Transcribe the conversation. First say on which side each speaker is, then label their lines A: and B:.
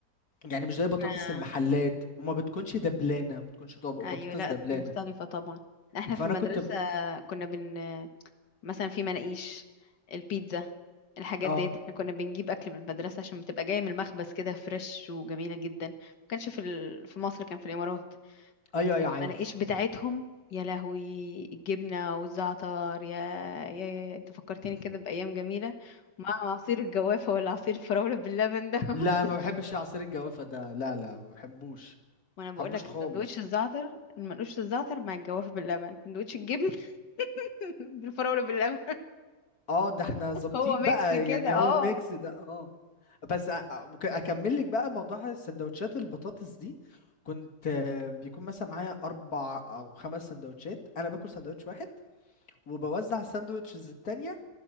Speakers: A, on the left; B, on the left.
A: يعني مش زي
B: احنا
A: بطاطس المحلات وما بتكونش دبلانه ما بتكونش دب...
B: ايوه
A: بطاطس
B: لا
A: دبلانه
B: مختلفة طبعا احنا
A: فانا
B: في المدرسة
A: كنت ب...
B: كنا بن مثلا في مناقيش البيتزا الحاجات
A: اه
B: ديت احنا كنا بنجيب اكل من المدرسه عشان بتبقى جايه من المخبز كده فريش وجميله جدا ما كانش في ال... في مصر كان في الامارات
A: ايوه ايوه
B: المناقيش
A: عارف
B: بتاعتهم يا لهوي الجبنه والزعتر يا يا يا, يا. انت فكرتني كده بايام جميله مع عصير الجوافه ولا عصير الفراوله باللبن ده <laughs>
A: لا ما بحبش عصير الجوافه ده لا لا ما بحبوش ما
B: وانا بقول
A: بحبوش
B: لك
A: خالص
B: السندوتش الزعتر المنقوش الزعتر مع الجوافه باللبن سندوتش الجبن <laughs> بالفراوله باللبن
A: اه ده احنا ظابطين
B: هو ميكس
A: بقى
B: كده
A: يعني
B: اه
A: هو الميكس ده اه بس أ- أ- ممكن اكمل لك بقى موضوع السندوتشات البطاطس دي كنت آه، بيكون مثلا معايا اربع او خمس سندوتشات انا باكل سندوتش واحد وبوزع الساندوتشز التانية